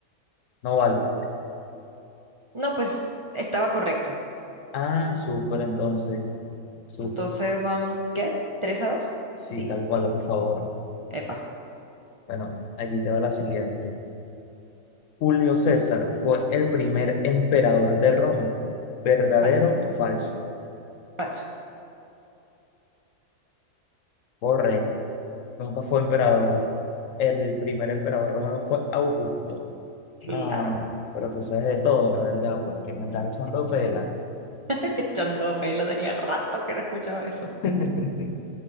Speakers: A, on the left; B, on the right.
A: no vale.
B: No, pues estaba correcta.
A: Ah, súper, entonces, súper.
B: Entonces van, ¿qué? ¿Tres a dos?
A: Sí,
B: Sí,
A: tal cual, a tu favor.
B: epa,
A: Bueno, aquí te va la siguiente. Julio César fue el primer emperador de Roma. ¿Verdadero
B: fal-
A: o falso?
B: falso.
A: Correcto. Nunca fue emperador. El primer emperador romano fue Augusto.
B: Claro,
A: No, pero tú sabes de todo, la verdad, porque me estás echando pela.
B: <laughs> echando pelo, tenía rato que no escuchaba eso.
A: <laughs>